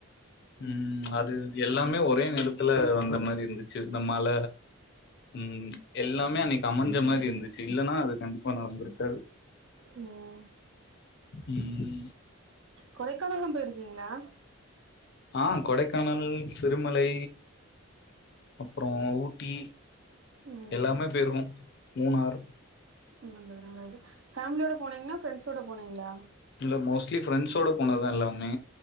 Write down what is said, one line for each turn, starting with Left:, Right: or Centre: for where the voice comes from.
Left: ம் அது எல்லாமே ஒரே நேரத்துல வந்த மாரி இருந்துச்சு இந்த மழ ம் எல்லாமே அன்னைக்கு அமஞ்ச மாரி இருந்துச்சு இல்லனா அது கண்டிப்பா நடந்துருக்காது
Right: ம்
Left: ம்
Right: கொடைக்கானல்லாம் போயிருக்கீங்ளா
Left: ஆ கொடைக்கானல் சிறுமலை அப்றோ ஊட்டி
Right: ம்
Left: எல்லாமே போயிருக்கோ மூனார்
Right: நல்லது நல்லது ஃபேமிலியோட போனீங்னா ஃபிரெண்ட்ஸோட போனீங்ளா
Left: இல்ல மோஸ்ட்லி ஃப்ரண்ஸ்ஸோட போனதுதா எல்லாமே